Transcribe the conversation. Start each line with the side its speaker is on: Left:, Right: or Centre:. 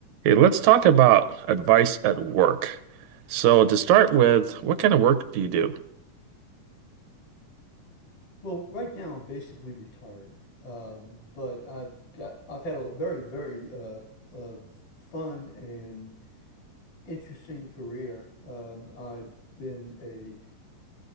Right: Okay, let's talk about advice at work. So, to start with, what kind of work do you do?
Left: Well, right now I'm basically retired, um, but I've got I've had a very very uh, uh, fun and interesting career. Um, I've been a